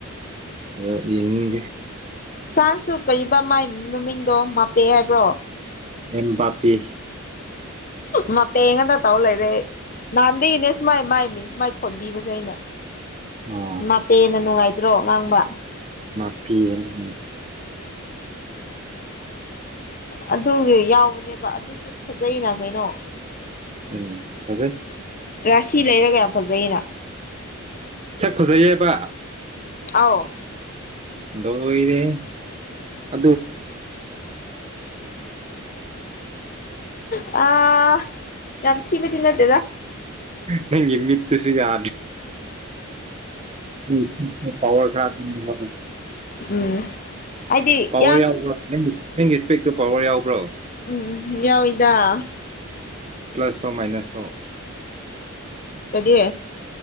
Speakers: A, on the right; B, on the left.
A: ꯐꯖ ꯌꯦꯡꯅꯤꯡꯗꯦ
B: ꯐ꯭ꯔꯥꯟꯁꯁꯨ ꯀꯩ ꯃꯥꯏ ꯃꯃꯤꯡꯗꯣ ꯃꯥꯄꯦ ꯍꯥꯏꯕ꯭ꯔꯣ
A: ꯑꯦꯝꯕꯥꯕꯦ
B: ꯃꯄꯦ ꯉꯇ ꯇꯧ ꯂꯩꯔꯦ ꯅꯥꯥꯟꯗꯒꯤ ꯏꯅꯦ ꯃꯥꯏ-ꯃꯥꯏ ꯃꯤꯁ ꯃꯥꯏ ꯊꯣꯟꯕꯤꯕꯁꯦ ꯑꯩꯅ
A: ꯑꯣ
B: ꯍꯥꯞꯄꯦꯅ ꯅꯨꯡꯉꯥꯏꯗ꯭ꯔꯣ ꯉꯥꯡꯕ
A: ꯃꯥꯐꯤ ꯎꯝ
B: ꯑ ꯑꯗꯨꯒꯤ ꯌꯥꯎꯕꯅꯦꯕ ꯑꯗꯨꯁꯨ ꯐꯖꯅ ꯀꯩꯅꯣ
A: ꯎꯝ ꯊꯖꯩ
B: ꯔꯥꯁꯤ ꯂꯩꯔꯒ ꯌꯥꯝ ꯐꯖꯩꯅ
A: ꯁꯛ ꯐꯖꯩꯌꯦꯕ
B: ꯑꯥꯎ
A: ꯗꯣ ꯏꯅꯦ ꯑ
B: ꯑ ꯌꯥꯝ ꯊꯤꯃꯦ ꯇꯅꯗꯦꯗ
A: ꯅꯪ ꯏꯃꯤꯠꯇ ꯁꯤ ꯌꯥ ꯎꯝ ꯄꯋꯥꯔ <unintelligible>
B: ꯎꯝ ꯍꯥꯏꯗꯤ
A: ꯄꯋꯥꯔ
B: ꯌꯥꯝ
A: ꯌꯥꯎꯕ꯭ꯔꯣ ꯅꯪ ꯅꯪꯒꯤ ꯏꯁꯄꯦꯛꯇꯣ ꯄꯋꯥꯔ ꯌꯥꯎꯕ꯭ꯔꯣ
B: ꯎꯝ ꯌꯥꯎꯗ
A: ꯄ꯭ꯂꯁ꯭ꯔꯣ ꯃꯥꯏꯅꯥꯁ ꯔꯣ
B: ꯀꯔꯤ